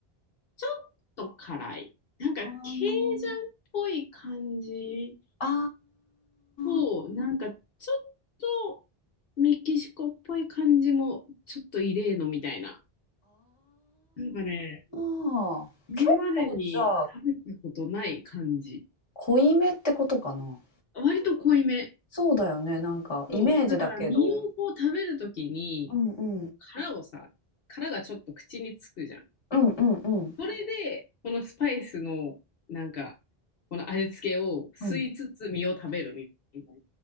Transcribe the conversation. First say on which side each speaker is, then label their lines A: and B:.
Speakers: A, on the left; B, on the left.
A: ちょっと辛い。なんか、
B: あ
A: ケイジャンっぽい感じ
B: ーあ
A: と、
B: ー。
A: なんか、ちょっとメキシコっぽい感じも、ちょっと異例のみたいな。なんかね、
B: あー結構じゃあ
A: 今までに食べたことない感じ。
B: 濃いめってことかな。
A: 割と濃いめ。
B: そうだよね。なんかイメージだけど。
A: そう。だから、身をこう食べるときに、
B: うんうん。
A: こう殻をさ、殻がちょっと口につくじゃん。
B: うんうんうん。
A: それで、このスパイスの、なんか、この味付けを吸いつつ身を食べるみたいな。
B: うん。